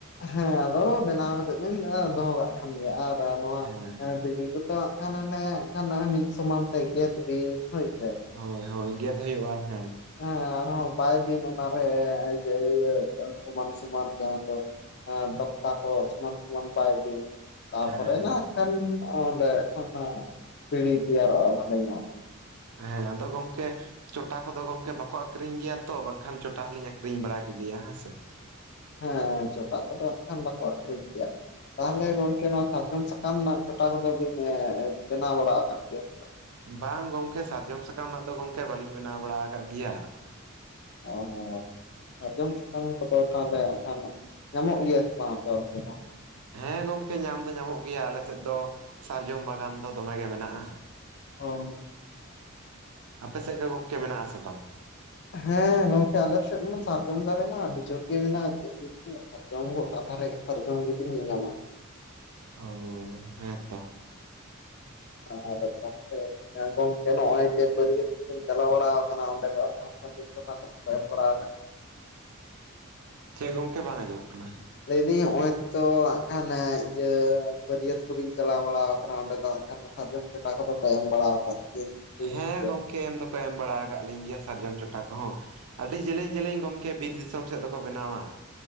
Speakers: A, on the left (about 50°); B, on the right (about 85°).
A: ᱦᱮᱸ ᱟᱫᱚ ᱵᱮᱱᱟᱣ ᱠᱟᱛᱮᱜ ᱵᱮᱱ ᱫᱚᱦᱚ ᱠᱟᱜ ᱠᱷᱟᱱ ᱜᱮ, ᱟᱨ ᱱᱚᱣᱟ
B: ᱦᱮᱸ
A: ᱵᱤᱲᱤ ᱠᱚ ᱫᱚ ᱛᱚ ᱦᱟᱜ ᱠᱷᱟᱱ ᱦᱟᱱᱮ, ᱠᱷᱟᱱ ᱢᱤᱫ ᱥᱚᱢᱟᱱ ᱛᱮ ᱜᱮᱫ ᱵᱤᱱ ᱦᱳᱭᱥᱮ,
B: ᱦᱳᱭ ᱦᱳᱭ, ᱜᱮᱫ ᱦᱳᱭᱳᱟᱜᱼᱟ ᱦᱮᱸ᱾
A: ᱦᱮᱸ ᱟᱨᱦᱚ ᱵᱟᱭ ᱵᱤᱱ ᱚᱱᱟᱨᱮ ᱤᱭᱟᱹ ᱤᱭᱟᱹ, ᱥᱚᱢᱟᱱ ᱥᱚᱢᱟᱱ ᱡᱟᱦᱟ ᱫᱚ ᱫᱚᱠᱛᱟ ᱠᱚ ᱥᱚᱢᱟᱱ ᱥᱚᱢᱟᱱ ᱵᱟᱭ ᱵᱤᱱ, ᱛᱟᱯᱚᱨᱮ
B: ᱦᱮᱸ
A: ᱱᱟ ᱠᱷᱟᱱ ᱚᱸᱰᱮ ᱠᱷᱚᱱᱟᱜ ᱵᱤᱲᱤ ᱛᱮᱭᱟᱨᱚᱜᱼᱟ ᱵᱷᱟᱞᱮ ᱧᱚᱜ᱾
B: ᱦᱮᱸ, ᱟᱫᱚ ᱜᱚᱢᱠᱮ ᱪᱚᱴᱟ ᱠᱚᱫᱚ ᱜᱚᱝᱠᱮ ᱵᱟᱠᱚ ᱟᱠᱷᱨᱤᱧ ᱜᱤᱭᱟ ᱛᱚ, ᱵᱟᱝᱠᱷᱟᱱ ᱪᱚᱴᱟ ᱦᱚᱞᱤᱧ ᱟᱠᱷᱨᱤᱧ ᱵᱟᱲᱟ ᱠᱮᱜᱤᱭᱟ ᱦᱮᱸ ᱥᱮ᱾
A: ᱦᱮᱸ, ᱪᱚᱴᱟᱜ ᱠᱚᱫᱚ ᱦᱟᱜ ᱠᱷᱟᱱ ᱵᱟᱠᱚ ᱟᱠᱷᱨᱤᱧ ᱜᱮᱭᱟ᱾ ᱛᱟᱦᱚᱞᱮ ᱜᱚᱝᱠᱮ ᱱᱚᱣᱟ ᱥᱟᱨᱡᱚᱢ ᱥᱟᱠᱟᱢ ᱨᱮᱱᱟᱜ ᱪᱴᱟ ᱠᱚᱫᱚ ᱵᱤᱱ, ᱮ ᱵᱮᱱᱟᱣ ᱵᱟᱲᱟ ᱠᱟᱫ ᱜᱮᱭᱟ ᱛᱚ?
B: ᱵᱟᱝ ᱜᱚᱝᱠᱮ, ᱥᱟᱨᱡᱚᱢ ᱥᱟᱠᱟᱢ ᱨᱮᱱᱟᱜ ᱫᱚ ᱜᱚᱝᱠᱮ, ᱵᱟᱹᱞᱤᱧ ᱵᱮᱱᱟᱣ ᱵᱟᱲᱟ ᱠᱟᱜ ᱜᱤᱭᱟ᱾
A: <unintelligible> ᱥᱟᱨᱡᱚᱢ ᱥᱟᱠᱟᱢ ᱠᱚ ᱫᱚ ᱛᱟᱦᱟ ᱞᱮ ᱦᱟᱜ ᱠᱷᱟᱱ, ᱧᱟᱢᱚᱜ ᱜᱤᱭᱟ ᱥᱮ ᱵᱟᱝ ᱟᱯᱮ ᱚᱱᱛᱮ ᱫᱚ?
B: ᱦᱮᱸ ᱜᱚᱝᱠᱮ ᱧᱟᱢ ᱫᱚ ᱧᱟᱢᱚᱜ ᱜᱮᱭᱟ, ᱟᱞᱮ ᱥᱮᱫ ᱫᱚ ᱥᱟᱨᱡᱚᱢ ᱵᱟᱜᱟᱱ ᱫᱚ ᱫᱚᱢᱮ ᱜᱮ ᱢᱮᱱᱟᱜᱼᱟ᱾
A: ᱚᱻ
B: ᱟᱯᱮ ᱥᱮᱫ ᱜᱮ ᱜᱚᱢᱠᱮ ᱢᱮᱱᱟᱜ ᱟᱥᱮ ᱵᱟᱝ?
A: ᱦᱮᱸ ᱜᱚᱝᱠᱮ ᱟᱞᱮ ᱥᱮᱫ ᱢᱟ ᱥᱟᱨᱡᱚᱢ ᱫᱟᱨᱮ ᱢᱟ ᱟᱹᱰᱤ ᱡᱳᱨ ᱜᱮ ᱢᱮᱱᱟᱜᱼᱟ, ᱪᱮᱫ ᱵᱤᱱ ᱞᱮᱭᱟ ᱥᱟᱨᱡᱚᱢ ᱜᱚᱴᱟ ᱫᱷᱟᱨᱮ ᱜᱮ ᱥᱟᱨᱡᱚᱢ ᱜᱮᱵᱤᱱ ᱧᱮᱞᱧᱟᱢᱟ ᱾
B: ᱚᱻ ᱦᱮᱸ ᱦᱮᱸ ᱛᱚ,
A: ᱟᱫ ᱜᱚᱝᱠᱮ ᱮ ᱜᱚᱝᱠᱮ ᱱᱚᱜ ᱚᱭ ᱡᱮ ᱵᱟᱹᱨᱭᱟᱹᱛ ᱞᱤᱧ ᱪᱟᱞᱟᱣ ᱵᱟᱲᱟ ᱟᱠᱟᱱᱟ ᱚᱱᱰᱮ ᱫᱚ ᱟᱠᱷᱚᱱ᱾ <unintelligible> ᱴᱟᱠᱟ ᱫᱚ ᱠᱚ ᱮᱢ ᱵᱟᱲᱟ ᱟᱠᱟᱫ
B: ᱪᱮᱫ ᱜᱚᱝᱠᱮ ᱵᱟᱝ ᱟᱸᱡᱚᱢᱚᱜ ᱠᱟᱱᱟ᱾
A: ᱞᱟᱹᱭᱫᱟᱹᱧ ᱱᱚᱜᱼᱚᱭ ᱛᱚ ᱦᱟᱸᱜ ᱠᱷᱟᱱ, ᱤᱭᱟᱹ ᱵᱟᱹᱨᱭᱟᱹᱛ ᱠᱚᱵᱤᱱ ᱪᱟᱞᱟᱣ ᱵᱟᱲᱟ ᱠᱟᱱᱟ, ᱚᱸᱰᱮ ᱫᱚ ᱦᱟᱸᱜ ᱠᱷᱟᱱ ᱥᱟᱨᱡᱚᱢ ᱪᱚᱴᱟ ᱠᱚᱫᱚ ᱮᱢ ᱟᱠᱟᱫ ᱜᱮᱭᱟ? ᱜᱮᱭᱟ
B: ᱦᱮᱸ ᱜᱚᱢᱠᱮ, ᱮᱢ ᱫᱚᱠᱚ ᱮᱢ ᱵᱟᱲᱟ ᱟᱠᱟᱫ ᱞᱤᱧ ᱜᱮᱭᱟ ᱥᱟᱨᱡᱚᱢ ᱪᱚᱴᱟ ᱠᱚᱦᱚᱸ, ᱟᱹᱰᱤ ᱡᱮᱞᱮᱧ ᱡᱮᱞᱮᱧ ᱜᱚᱢᱠᱮ, ᱵᱤᱨ ᱫᱤᱥᱚᱢ ᱥᱮᱫ ᱫᱚᱠᱚ ᱵᱮᱱᱟᱣᱟ᱾